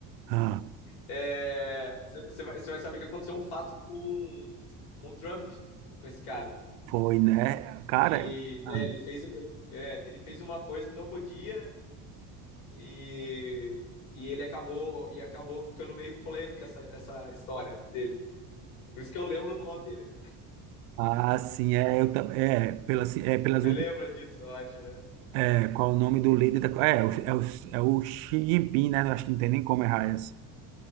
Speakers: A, on the right; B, on the left.
A: Ah,
B: é, você, você vai, você vai saber que aconteceu um fato com, com o Trump, com esse cara,
A: foi, né? Cara,
B: que
A: ah,
B: é, ele, fez, é, ele fez uma coisa que não podia e, e ele acabou, e acabou ficando meio polêmica essa, essa história dele. Por isso que eu lembro do nome dele.
A: ah, sim, é, eu, tam- é, pelas, é, pelas
B: Você
A: últimas,
B: lembra disso, eu acho, né?
A: é, qual o nome do líder da, é, o- é, o, é o Xi Jinping, né? Eu Acho que não tem nem como errar essa.